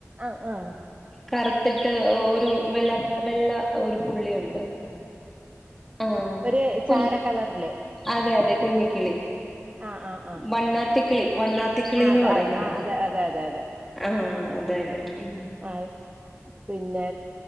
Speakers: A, on the right; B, in the centre.
A: ആഹ് ആഹ്
B: കറുത്തിട്ട് ഒരു വെള്ള വെള്ള ഒരു പുള്ളിയുണ്ട് ആ
A: ഒരു
B: കുഞ്ഞ്
A: ചാര കളറില്
B: അതെ അതെ കുഞ്ഞിക്കിളി
A: ആ ആ ആ
B: വണ്ണാ ത്തിക്കിളി വണ്ണാത്തിക്കിളിന്ന്
A: ആ അത
B: പറയും ഞങ്ങൾ
A: ആ അതെ അതെ അതെ അതെ
B: ആ അത് തന്നെ ഉം
A: ആ പിന്നെ